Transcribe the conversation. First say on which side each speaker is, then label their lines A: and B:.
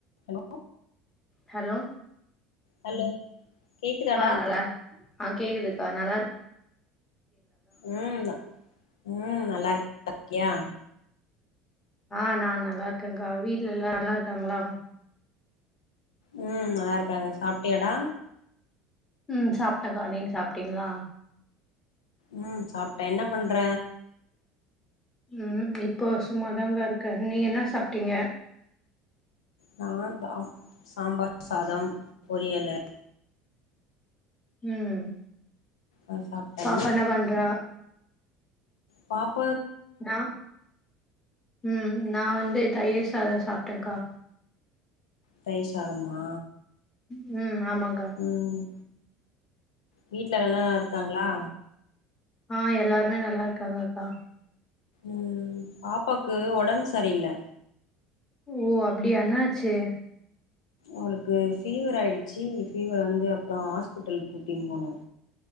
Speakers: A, on the left; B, on the left.
A: Hello
B: hello
A: hello கேக்குதாடா
B: ஆ நலா ஆ கேக்குது அ நல்லா இருக்
A: ம் ம் நல்லா இருக் நல்லா இர்க்கியா
B: ஆ நா நல்லா இருக்கேகா வீட்ல எல்லா நல்லா இருக்காங்ளா
A: ம் நல்லாருக்காங்க சாப்டியாடா
B: ம் சாப்டக்கா நீங்க சாப்டீங்ளா
A: ம் சாப்ட்டே என்ன பண்ற
B: ம் இப்போ சும்மாதா கா இருக்க நீங்க என்ன சாப்ட்டிங்க
A: நா தம் சாம்பார் சாதம் பொரியலு
B: ம்
A: அ சாப்ட்டே
B: பாப்பா என்ன பண்றா
A: பாப்
B: நா ம் நா வந்து தயிர் சாதொ சாப்டங் க்கா
A: தயிர் சாதமா
B: ம் ஆமாக்கா
A: ம் வீட்ல நல்லா இருக்காங்ளா
B: ஆ எல்லாருமே நல்லாருக்காங்கக்கா
A: ம் பாப்பாக்கு ஒடம்பு சரியில்ல
B: ஓ அப்டியா என்னாச்சி
A: அவுளுக்கு ஃபீவராடுயிச்சு ஃபீவர் வந்து அப்றோ ஹாஸ்பிட்டலுக் கூட்டின் போனோ